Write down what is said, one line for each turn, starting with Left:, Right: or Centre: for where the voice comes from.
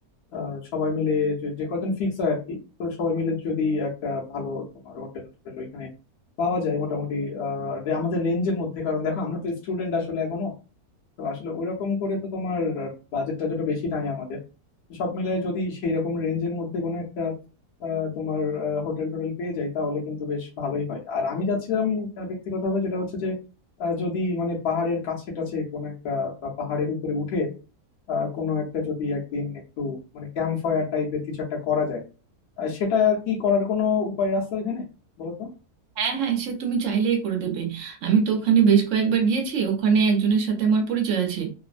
Left: আহ, সবাই মিলে যে যে কজন ফিক্স হয় আর কি তো সবাই মিলে যদি একটা ভালো তোমার হোটেল টোটেল ওইখানে পাওয়া যায় মোটামুটি আহ, আমাদের রেঞ্জের মধ্যে কারণ দেখো আমরা তো স্টুডেন্ট আসলে এখনো তো আসলে ওইরকম করে তো তোমার বাজেট টাজেট বেশি নাই আমাদের তো সব মিলাই যদি সেই রকম রেঞ্জের মধ্যে কোনো একটা আহ, তোমার হোটেল টোটেল পেয়ে যাই তাহলে কিন্তু বেশ ভালোই হয় আর আমি যাচ্ছিলাম আহ, ব্যক্তিগতভাবে যেটা হচ্ছে যে আহ, যদি মানে পাহাড়ের কাছে টাছে কোনো একটা বা পাহাড়ের উপরে উঠে আহ, কোনো একটা যদি একদিন একটু মানে ক্যাম্প ফায়ার টাইপের কিছু একটা করা যায় আহ, সেটা কি করার কোনো উপায় আছে এখানে বলো তো
Right: হ্যাঁ হ্যাঁ সে তুমি চাইলেই করে দেবে আমি তো ওখানে বেশ কয়েকবার গিয়েছি ওখানে একজনের সাথে আমার পরিচয় আছে